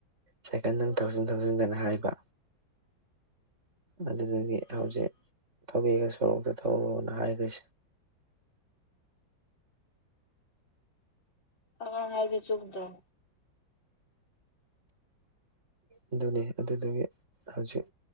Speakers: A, on the right; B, on the left.
A: ꯁꯥꯏꯀꯟ ꯅꯪ ꯊꯧꯖꯤꯟ ꯊꯧꯖꯤꯟꯗꯅ ꯍꯥꯏꯕ ꯑꯗꯨꯗꯒꯤ ꯍꯧꯖꯤꯛ ꯊꯧꯒꯦꯒ ꯁꯣꯔꯣꯛꯇ ꯊꯧꯔꯣꯅ ꯍꯥꯏꯈ꯭ꯔꯤꯁꯦ
B: ꯑꯉꯥꯡꯅ ꯍꯥꯏꯗꯤ ꯆꯨꯨꯝ ꯇꯧ
A: ꯑꯗꯨꯅꯤ ꯑꯗꯨꯗꯨꯒꯤ ꯍꯧꯖꯤꯛ